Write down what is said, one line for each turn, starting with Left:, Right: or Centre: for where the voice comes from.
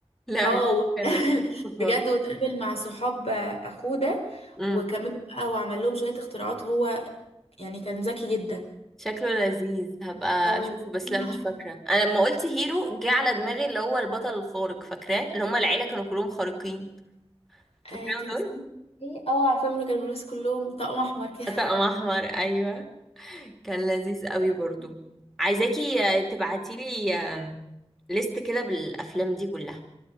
Centre: لا
Left: اه
Centre: مش
Left: و-
Centre: فاكرة
Left: <laughs>
Centre: ان انا شفته خالص
Left: بجد واتقابل مع صحاب آه، اخوه ده
Centre: امم
Left: وكملوا بقى وعمل لهم شوية اختراعات هو يعني كان ذكي جدا
Centre: شكله لذيذ هبقى
Left: اه
Centre: اشوفه بس
Left: يا
Centre: لا
Left: نهار
Centre: مش فاكرة انا لما قلت هيرو جه على دماغي اللي هو البطل الخارق فاكراه اللي هما العيلة كانوا كلهم خارقين فاكراهم
Left: آه كان
Centre: دول
Left: اسمه ايه اه عارفاهم اللي كانوا بيلبسوا كلهم طقم احمر كده
Centre: طقم احمر ايوه كان لذيذ قوي
Left: <laughs>
Centre: برضو عايزاكي آه، تبعتيلي آه، ليست كده بالافلام دي كلها